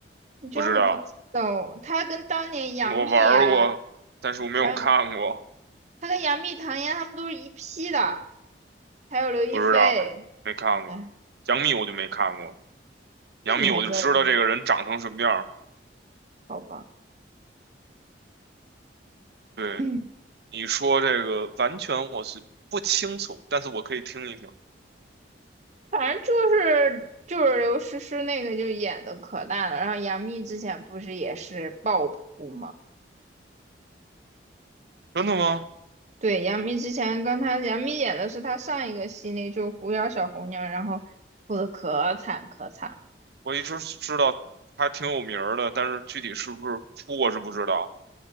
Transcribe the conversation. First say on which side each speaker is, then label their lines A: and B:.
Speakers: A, on the right; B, on the right.
A: 你居然会不知道，
B: 不知道。
A: 他跟当年杨幂啊，
B: 我玩儿过，但是我没有看过，
A: 杨，他跟杨幂、唐嫣他们都是一批的，还有刘亦菲。
B: 不知道，没看过。
A: 哎，
B: 杨幂我就没看过，
A: 那你还知道杨幂？
B: 杨幂我就知道这个人长成什么样儿。
A: 好吧，
B: 对，
A: 嗯，
B: 你说这个完全我是不清楚，但是我可以听一听。
A: 反正就是就是刘诗诗那个就演的可烂了，然后杨幂之前不是也是爆扑吗？
B: 真的吗？
A: 对，杨幂之前跟她杨幂演的是她上一个系列，就是《狐妖小红娘》，然后哭的可惨可惨了，
B: 我一直知道她挺有名儿的，但是具体是不是扑我是不知道。